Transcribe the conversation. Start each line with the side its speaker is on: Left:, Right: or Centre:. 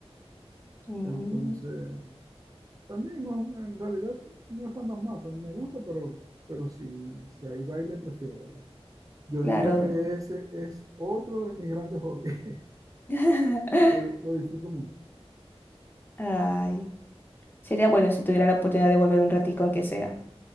Left: Mm,
Right: Entonces, también no, en realidad no están tan mal, pero me gusta, pero, pero si, si hay baile, prefiero bailar. Yo
Left: Claro.
Right: diría que ese es otro de mis grandes hobbies.
Left: <laughs>
Right: <laughs> Lo, lo disfruto mucho.
Left: Ay, sería bueno si tuviera la oportunidad de volver un ratico, aunque sea.